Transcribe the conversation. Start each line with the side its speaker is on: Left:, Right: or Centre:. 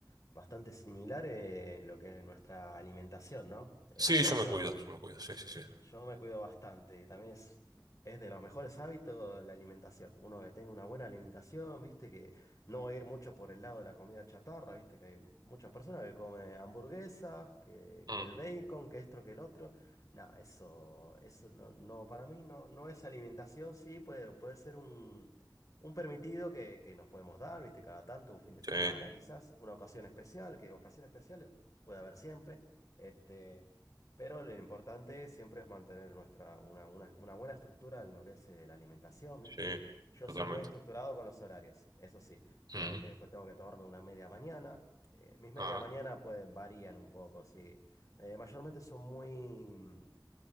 Left: bastante similar eh, lo que es nuestra alimentación, ¿no? Eh,
Right: Sí,
Left: de
Right: yo
Left: hecho,
Right: me cuido, yo me cuido, sí, sí,
Left: Yo me cuido bastante y también es, es de los mejores hábitos la alimentación. Uno que tenga una buena alimentación, viste, que no va a ir mucho por el lado de la comida chatarra, viste, que hay muchas personas que comen hamburguesas, que,
Right: sí.
Left: que el bacon, que esto, que el otro. No, eso, eso no, no, para mí no, no es alimentación, sí, puede, puede ser un, un permitido que, que nos podemos dar, viste, cada tanto, un fin de semana,
Right: Sí,
Left: quizás, una ocasión especial, que ocasiones especiales puede haber siempre. Este. Pero lo importante siempre es mantener nuestra, una, una- una buena estructura en lo que es eh, la alimentación, ¿viste?
Right: sí,
Left: Yo
Right: totalmente.
Left: soy muy estructurado con los horarios, eso sí. Digamos
Right: Ujú,
Left: que después tengo que tomarme una media mañana. eh, mis media
Right: ah,
Left: mañana pueden varían un poco, sí. Eh, mayormente son muy, mm,